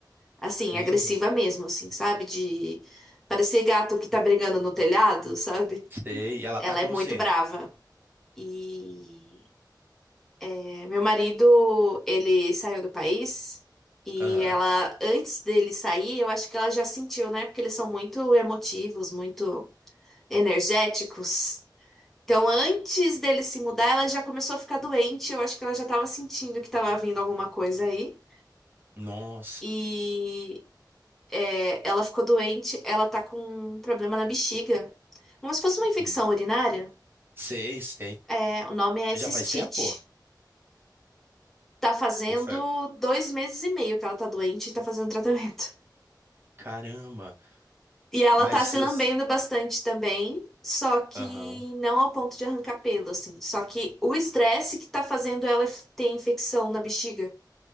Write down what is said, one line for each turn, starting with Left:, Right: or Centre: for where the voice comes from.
Centre: Assim,
Right: Caramba.
Centre: agressiva mesmo, assim, sabe? De parecer gato que tá brigando no telhado, sabe?
Right: Sei. E ela
Centre: Ela
Right: ataca
Centre: é
Right: você.
Centre: muito brava. E é, meu marido, ele saiu do país e
Right: Aham.
Centre: ela, antes dele sair, eu acho que ela já sentiu, né? Porque eles são muito emotivos, muito energéticos. Então, antes dele se mudar, ela já começou a ficar doente. Eu acho que ela já estava sentindo que estava vindo alguma coisa aí.
Right: Nossa.
Centre: E é, ela ficou doente. Ela tá com um problema na bexiga, como se fosse
Right: Entendi.
Centre: uma infecção urinária.
Right: Sei, sei.
Centre: É, o nome é
Right: Já
Centre: cistite.
Right: faz tempo?
Centre: Tá fazendo
Right: Ou foi...
Centre: dois meses e meio que ela tá doente e tá fazendo tratamento.
Right: Caramba.
Centre: E ela
Right: Mas
Centre: tá se
Right: você...
Centre: lambendo bastante também, só que
Right: Aham.
Centre: não ao ponto de arrancar pelo, assim. Só que o estresse que tá fazendo ela f- ter infecção na bexiga.